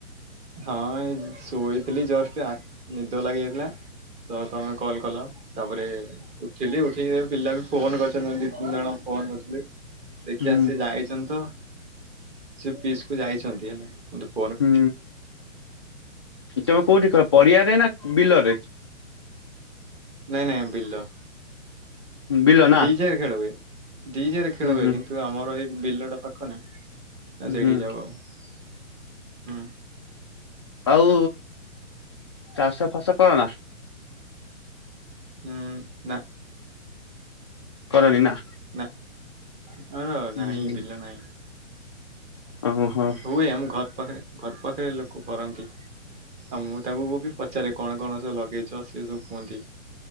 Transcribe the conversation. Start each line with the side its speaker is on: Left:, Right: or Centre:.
Right: ହଁ ଏ ଶୋଇଥିଲି ଜଷ୍ଟ ଆ-ନିଦ ଲାଗିଯାଇଥିଲା ତ ତମେ କଲ କଲ ତାପରେ ଉଠିଲି ଉଠିକି ଦେଖ୍ ପିଲା ବି ଫୋନ କରିଚନ୍ତି ଦି ତିନି ଜଣ ଫୋନ କରିଚନ୍ତି। ଦେଖିବା
Left: ହୁଁ
Right: ସେ ଯାଇଚନ୍ତି ତ ସେ ପିସ୍ କୁ ଯାଇଚନ୍ତି ହେଲା ବନ୍ଧୁ।
Left: ହୁଁ ତମେ କୋଉଠି ଖ ପଡିଆରେ ନା ବିଲରେ?
Right: ନାଇଁ ନାଇଁ ବିଲ,
Left: ବିଲ ନା
Right: ଦିଜାଗାରେ ଖେଳ ହୁଏ ଦିଜାଗାରେ ଖେଳ
Left: ହୁଁ
Right: ହୁଏ
Left: ହୁଁ
Right: କିନ୍ତୁ ତୁ ଆମର ଏଇ ବିଲଟା ପାଖ ନା, ତ ସେଇଠି
Left: ହୁଁ
Right: ଯାଉ ଆଉ ହୁଁ।
Left: ଆଉ ଚାଷ ଫାସ କର ନା?
Right: ହୁଁ। ନା
Left: କରନି ନା?
Right: ନା ଆଅଂର
Left: ହୁଁ
Right: ନାଇଁ ବିଲ ନାଇଁ।
Left: ଓହୋ ହୁଁ
Right: ହୁଏ ଆମ ଘର୍ ପାଖେରେ ଘର୍ ପାଖରେ ଲୋକ କରନ୍ତି ଆଉ ମୁଁ ତାଙ୍କୁକୁ ବି ପଚାରେ। କଣ କଣ ସଉ ଲଗେଇଛ ସିଏ ସବୁ କୁହନ୍ତି।